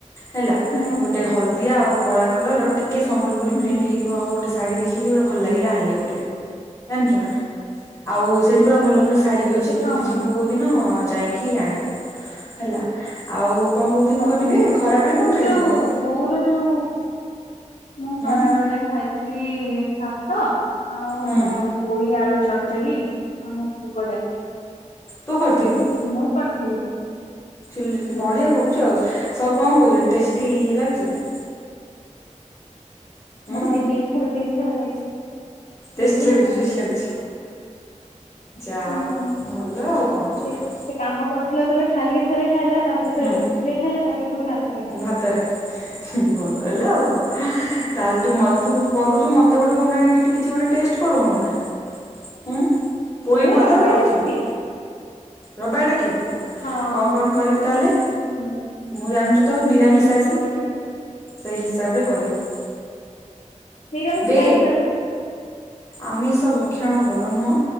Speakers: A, on the left; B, on the left.
A: ହେଲା।
B: ହୁଁ।
A: ଟେ ହଳଦିଆ ଆଉ କଳା କଲର ଟିକେ ସମ୍ବଲପୁରୀ
B: ହୁଁ
A: ପ୍ରିଣ୍ଟ
B: ହୁଁ
A: ହି ଥିବ ଗୋଟେ ଶାଢ଼ୀ ଦେଖିକି ପୁରା ଭଲ ଲାଗିଲା ଆଣିଲି ଗୋଟେ ଜାଣିଚୁ ନାଁ? ଆଉ ସେଇଠି ପୁରା
B: ହୁଁ
A: ଭଲ ଭଲ ଶାଢ଼ୀ ବି ଅଛି
B: କେତେ
A: ତୁ
B: ଟଙ୍କା
A: ଯି ଯିବୁ
B: ପଡିଲା?
A: କୋଉଦିନ ଯାଇକି ଆଣିବୁ ହେଲା। ଆଉ କଣ କହୁଥିଲି
B: ହଉ
A: କନିବେ
B: ଠିକ ଅଛି
A: ଖରା ବେଳେ କଣ
B: ମୁଁ
A: ଖାଇଥିଲୁ?
B: ଯୋଉ ବୋଉର ଯୋଉ, ମୁଁ ଖରା
A: ହୁଁ
B: ବେଳେ ଖାଇଥିଲି ଭାତ। ଆଉ
A: ହୁଁ
B: ପୋୋଇ ଆଳୁ ଚଡଚଢି ଆଉ ମୁଗଡାଲି।
A: ତୁ କରିଥିଲୁ?
B: ମୁଁ କରିଥିଲି।
A: ଚୁଲି
B: ହୁଁ
A: ବଢ଼ିଆ କରୁଚୁ ଆଉ ସବୁ କଣ କହୁଛନ୍ତି ଟେଷ୍ଟି ଲାଗୁଚି ନା? ଉଁ
B: ମୋ ଭାଇ ଦିଇ ଥର ତିନ ଖାଇଛି।
A: ଟେଷ୍ଟି
B: ଦି ତିନି
A: ଲାଗୁଚି
B: ଥର
A: ଟେଷ୍ଟି
B: ଖାଇଛି
A: ଲାଗୁଛି। ଯା
B: ହୁଁ।
A: ହଉ ଭଲ ଆଉ କଣ ତୋର।
B: ସେ ସେ କାମ କରୁଥିଲା ଯେତୋଳେ ଖାଲି ଥରେ ଖାଇଲା ତାପରେ ଥରେ
A: ହୁଁ
B: ରୁଟିରେ ଖାଇଲା ତାପରେ ପୁଣି ଭାତରେ ଖାଇଲା।
A: ଭାତରେ ହୁଁ ଭଲ ହେଲା ଆଉ କଣ? ତାହେଲେ ତୁ ତୁ କରୁଛୁ ମତେ ଗୋଟେ କିଛି ଗୋଟେ ଟେଷ୍ଟ କରଉନୁ ନା। ଉଁ‌? ପୋଇ
B: ତତେ ବା
A: ବୋଇତଳୁ
B: ରବିବାର
A: କରୁଥିଲୁ
B: ଡାକିବି
A: ତ ରବାରେ ହୋଉ
B: ହଁ
A: କଣ କଣ କରିବୁ ତାହେଲେ
B: ହୁଁ
A: ମୁଁ ଜାଣିଚୁ ତ ନିରାମିଶି
B: କଣ କରିବି
A: ସେଇ ହିସାବ ରେ କରିବୁ।
B: ନିରାମିଷ
A: ବେ
B: କାହିଁ ଛାଡିଲୁ
A: ଆମିଷ ଭକ୍ଷଣ ଭଲ ନୁହଁ,